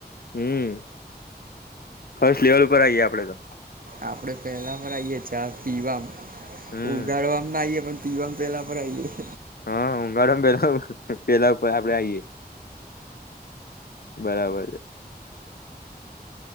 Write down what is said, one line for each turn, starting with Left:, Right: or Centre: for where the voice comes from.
Left: હમ ફર્સ્ટ લેવલ ઉપર આવીઈયએ આપડે તો
Right: આપડે પેલા પર આવીએ ચા પીવા
Left: હમ
Right: ઉગાડવામ ના અઇયે પણ પીવામ પેલા પર અઇયેં
Left: હા ઉઊગાડો પેલા પેલા ઉપર આપડે આઈયએ બરાબર છે